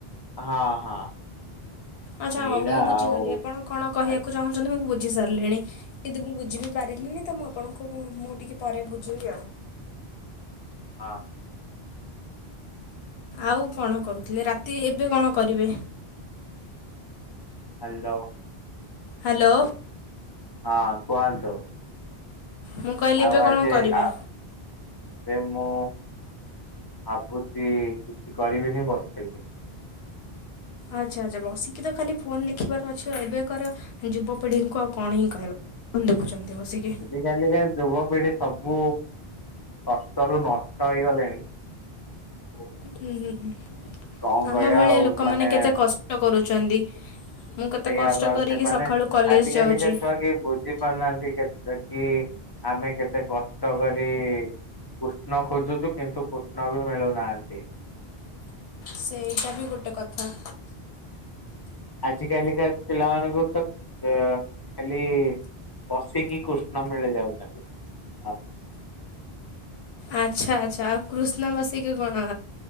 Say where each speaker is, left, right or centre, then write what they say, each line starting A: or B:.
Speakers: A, on the left; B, on the left.
A: ହଁ ହଁ
B: ଆଛା
A: ସେଇଟା
B: ହଉ ମୁଁ ବୁଝିଗଲି
A: ଆଉ
B: ଆପଣ କଣ କହିବାକୁ
A: ହଁ
B: ଚାହୁଁଛନ୍ତି ମୁଁ ବୁଝି ସାରିଲିଣି? କିନ୍ତୁ ମୁଁ ବୁଝିବି ପାରିଲିନି ତ ମୁଁ ଆପଣଙ୍କୁ ମୁଁ ଟିକଏ ପରେ ବୁଝେଇବି ଆଉ
A: ହଁ।
B: ଆଉ କଣ କରୁଥିଲେ ରାତି ଏବେ କଣ କରିବେ?
A: ହ୍ଯାଲୋ।
B: ହ୍ୟାଲୋ।
A: ହଁ କୁହନ୍ତୁ?
B: ମୁଁ କହିଲି
A: ଆଉ
B: ଏବେ
A: ଆଜି
B: କଣ କରିବେ?
A: ଆ ଏବେ ମୁଁ ଭାବୁଛି କିଛି କରିବିନି ବସି ବି
B: ଆଚ୍ଛା ଆଚ୍ଛା ବସିକି ତ ଖାଲି ଫୋନ୍ ଦେଖିବାର ଅଛି ଏବେ କାର ଯୁବପିଢ଼ିଙ୍କୁ ଆଉ କଣ ହିଁ କହିବା? ଫୋନ ଦେଖୁଛନ୍ତି ବସି କି।
A: ଆଜି କାଲିକା ଯୁବପିଢି ସବୁ ଷଷ୍ଟରୁୁ ନଷ୍ଟ ହେଇଗଲେଣି। ଆଉ
B: ହୁଁ ହୁଁ
A: କଣ
B: ଆମ
A: କହିବା
B: ଭଳିଆ
A: ଆଉ
B: ଲୋକମାନେ
A: ମାନେ
B: କେତେ କଷ୍ଟ କରୁଛନ୍ତି। ମୁଁ କେତେ
A: ସେଇଆ
B: କଷ୍ଟ
A: ବା
B: କରିକି
A: ସେମାନେ
B: ସକାଳୁ କଲେଜ
A: ଆଜି କାଲିକା
B: ଯାଉଛି।
A: ଛୁଆ କେହି ବୁଝି ପାରୁନାହାନ୍ତି କେବେ କି ଆମେ କେତେ କଷ୍ଟ କରି କୃଷ୍ଣ ଖୋଜୁଛୁ କିନ୍ତୁ କୃଷ୍ଣ ବି ମିଳୁନାହାନ୍ତି।
B: ସେଇଟା ବି ଗୋଟେ କଥା।
A: ଆଜି କାଲିିକା ପିଲମାନକୁ ତ ଖାଲି ବସିକି କୃଷ୍ଣ ମିଳି ଯାଉଛନ୍ତି। ଆଉ
B: ଆଚ୍ଛା ଆଚ୍ଛା ଆଉ କୃଷ୍ଣ ବସିକି କଣ